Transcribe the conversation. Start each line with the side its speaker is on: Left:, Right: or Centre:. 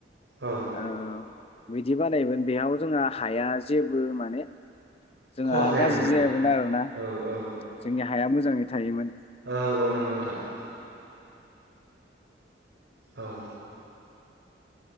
Right: औ
Left: ओ बिदि बानायोमोन बेयाव जोंहा हाया जेबो माने जोंहा
Right: खहा जायामोन
Left: गाज्रि
Right: आरो
Left: जाया आरोना
Right: औ
Left: जोंनि हा मोजाङै थायोमोन
Right: औ औ नांगौ नोंथां <inaudible> औ